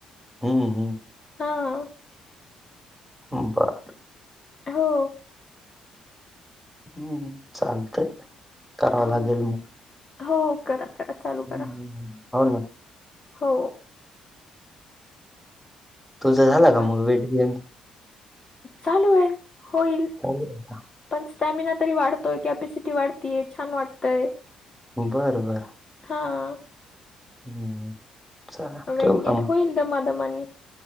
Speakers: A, in the centre; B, on the left.
A: हम्म, हम्म.
B: हा.
A: बर.
B: हो.
A: हम्म चालतंय, करावं
B: हो
A: लागेल मग.
B: हो करा, करा चालू
A: हम्म.
B: करा.
A: हो ना
B: हो.
A: तुझं झाला का
B: बा
A: मग वेट गेन?
B: चालू आहे, होईल.
A: चालू आहे का?
B: पण स्टॅमिना तरी वाढतोय, कॅपॅसिटी वाढतीय, छान वाटतंय.
A: बरं बरं.
B: हां.
A: हम्म. चला ठेवू
B: वेट
A: का
B: गेन
A: मग
B: होईल दमा दमानी.